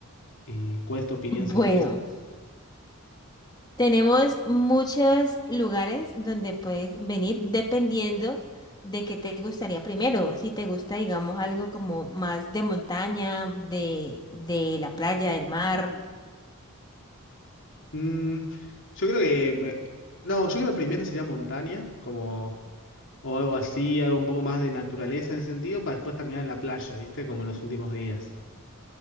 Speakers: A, on the left; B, on the left.
A: ¿Y cuál es tu opinión
B: Bueno,
A: sobre eso?
B: tenemos muchos lugares donde puedes venir dependiendo de qué te gustaría primero. Si te gusta, digamos, algo como más de montaña, de, de la playa, del mar,
A: Mm, yo creo que... me- No, yo creo que primero sería montaña, como... O algo así, algo un poco más de naturaleza en ese sentido, para después terminar en la playa, ¿viste? Como los últimos días.